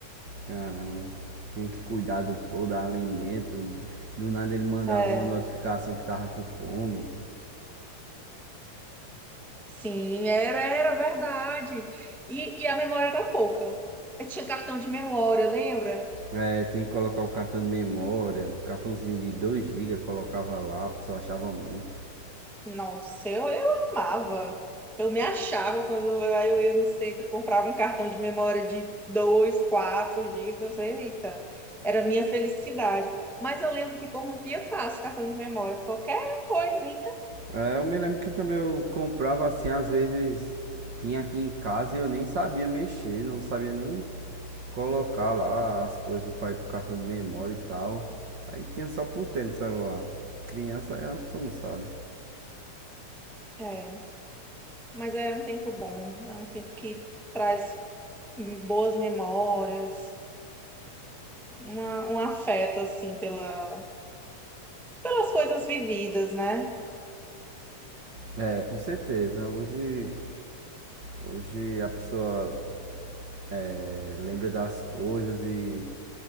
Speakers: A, on the right; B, in the centre.
A: Caramba. Tem que cuidar do pou, dar alimento. Do nada ele mandava
B: É,
A: uma notificação que tava com fome.
B: sim, era, era verdade. E, e a memória era pouca. Eu tinha cartão de memória, lembra?
A: É, tinha que colocar o cartão de memória, cartãozinho de 2 gigas colocava lá, a pessoa achava muito.
B: Nossa, eu, eu amava. Eu me achava quando eu, aí eu ia no centro, comprava um cartão de memória de 2 4 gigas. Eita, era a minha felicidade. Mas eu lembro que corrompia fácil cartão de memória, qualquer coisinha.
A: É, eu me lembro que também eu comprava assim, às vezes tinha aqui em casa e eu nem sabia mexer, não sabia nem colocar lá as coisas para ir pro cartão de memória e tal. Aí tinha só por ter no celular. Criança aí a pessoa não sabe.
B: É, mas é um tempo bom, é um tempo que traz hum, boas memórias, uma- um afeto, assim, pela, pelas coisas vividas, né?
A: É, com certeza. Hoje, hoje a pessoa é, lembra das coisas e